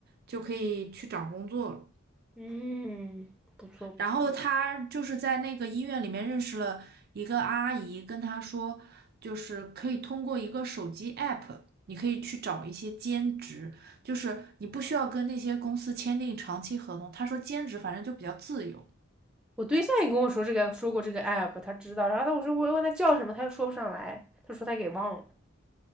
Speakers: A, on the right; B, in the centre.
A: 就可以去找工作了。
B: 嗯，不错不错。
A: 然后他就是在那个医院里面认识了一个阿姨，跟他说，就是可以通过一个手机 app，你可以去找一些兼职，就是你不需要跟那些公司签订长期合同。他说兼职反正就比较自由，
B: 我对象也跟我说这个，说过这个 app，他知道。然后他我说我问他叫什么，他又说不上来，他说他给忘了。